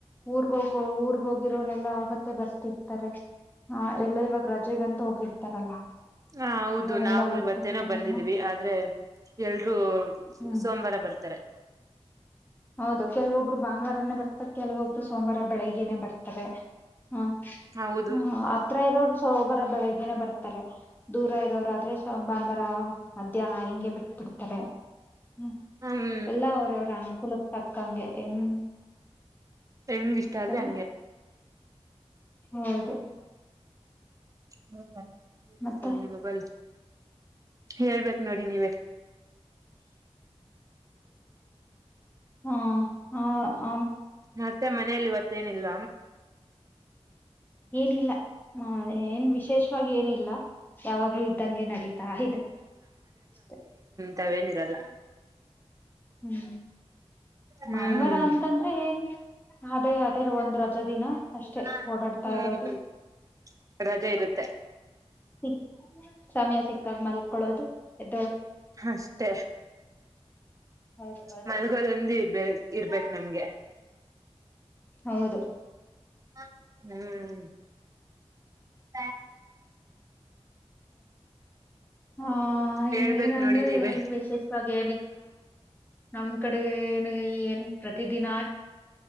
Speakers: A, on the left; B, on the right.
A: ಊರ್ಗ ಹೋಗೋ ಊರ್ಗ್ ಹೋಗಿರೋರೆಲ್ಲಾ ಆ ಮತ್ತೆ ಬರ್ತಿವಿ ಆ ಎಲ್ಲ ಇವಾಗ ರಜೆಗಂತೂ ಹೋಗಿರ್ತಾರಲ್ಲ
B: ಹಾ ಹೌದು
A: ಅವಾಗೆಲ್ಲಾ
B: ನಾವು
A: ಬರ್ತಿರ್ತಾರಲ್ಲ
B: ಇವತ್ತೇನೋ ಬಂದಿದೀವಿ ಆದ್ರೆ ಎಲ್ರೂ
A: ಹ್ಮ್
B: ಸೋಮವಾರ ಬರ್ತಾರೆ
A: ಹೌದು ಕೆಲವೊಬ್ರು ಭಾನುವಾರನೇ ಬರ್ತಾ ಕೆಲವೊಬ್ರು ಸೋಮವಾರ ಬೆಳಿಗ್ನೆ ಬರ್ತಾರೆ ಹ್ಮ
B: ಹೌದು
A: ಹ ಅತ್ರ ಇರೋರು ಸೋಬರ ಬೆಳಗ್ನೆೇ ಬರ್ತ ದೂರ ಇರೋರ ಆದ್ರೆ ಭಾನುವಾರ ಮಧ್ಯಾಹ್ನ ಹಿಂಗೆ ಬಿಟ್ಬ ಬಿಡ್ತಾರೆ ಹ್ಮ
B: ಹ್ಮ್
A: ಎಲ್ಲಾ ಅವರವರು ಅನ್ ಕುಲಪ್ ತಕ್ಕಂಗೆ ಏನ್
B: ಹೆಂಗ ಇಷ್ಟ
A: ಇರ್ತಾರೆ
B: ಅದೆ ಹಂಗೆ
A: ಹೌದು
B: ಹ್ಮ್
A: ಮತ್ತೆ
B: ಚ ಮ ಬಲ್ ಹೇಳ್ಬೇಕ ನೋಡಿ ನೀವೇ
A: ಹಾ ಹ
B: ಮತ್ತೆ ಮನೇೆಯಲ್ಲಿ ಇವತ್ತು ತ್ತೇನಿಲ್ಲ
A: ಏನಿಲ್ಲ ಏನ್ ವಿಶೇಷವಾಗಿ ಏನಿಲ್ಲ ಯಾವಾಗ್ಲೂ ಇದ್ದಂಗೆ ನಡೀತಾ ಇದೆ ಅ
B: ತಾವೇನಿರಲ್ಲ
A: ಹ್ಮ್
B: ಹ್ಮ್
A: ಮಾನ್ವರ ಅಂತಂದ್ರೆ ಏನ್ ಅದೇ ಅದೇ ರ ಒಂದ್ ರಜಾ ದಿನ ಅಷ್ಟೇ
B: ಹಾ
A: ಓಡಾಡ್ತಾ
B: ಹ್ಮ್
A: ಇರೋದು
B: ರಜೆ ಇರುತ್ತೆ
A: ಸಿ ಸಮಯ ಸಿಕ್ಕಾಗ ಮಲ್ಕೊಳ್ಳೋದು ಎ
B: ಅಷ್ಟೆ
A: ಹೌದು ಹೌದು
B: ಮಲ್ಗೋದೊಂದು ಇಬ ಇರ್ಬೇಕು ನಮ್ಗೆ
A: ಹೌದು
B: ಹ್ಮ್ ಹ್ಮ ಇ
A: ಹ
B: ಹೇಳ್ಬೇಕು
A: ಇನ್ನೇನಂದ್ರೆ
B: ನೋಡಿ ನೀವೇ?
A: ಏನ್ ವಿಶೇಷವಾಗಿ ನಮ್ ಕಡೆ ಏನೋ ಪ್ರತಿ ದಿನ